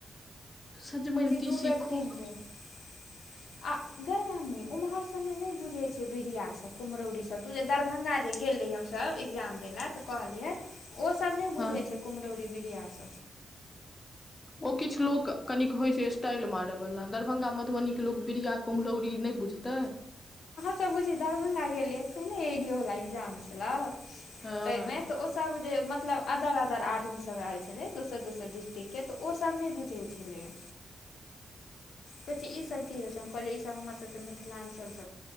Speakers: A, on the left; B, on the left.
A: सजमनि तीसि
B: दू बेर
A: खो
B: तीन <inaudible> आ गय रानी उम्हर सब मे नहि बुझे छै बिड़िया सब कुमहरौरी सब तू जे दरभंगा गेल रहियय हम सब एग्जाम दे ले त कहलिये ओ सब ने बुझे
A: हँ
B: छै कुम्हरौरी बिरियास
A: ओ किछु लोक कनिक होइ छै स्टाइल मार वला दरभंगा मधुबनि के लोक बिरिया कुमरैरि नहि बुझतै
B: त बुझी दरभंगा गेल रहिये एइडियो वला इकजाम छलै
A: हँ
B: तयमे तऽ ओ सब जे मतलब अदर अदर आदमी सभ आयल छलै दोसर दोसर डिस्ट्रिक्टके तऽ ओसभ नहि बुझै छलैया कह ई सब की होइ छै हम कहल ई सब हमर सबके मिथिलांचल छै